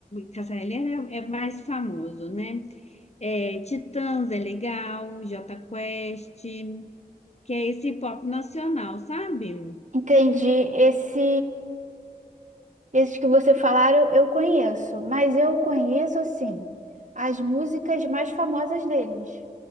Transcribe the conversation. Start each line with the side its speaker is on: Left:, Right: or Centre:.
Left: Cássia Eller é, é mais famoso, né? É, Titãs é legal, Jota Quest, que é esse pop nacional, sabe?
Right: Entendi. Esse, esses que você falaram, eu eu conheço, mas eu conheço assim as músicas mais famosas deles.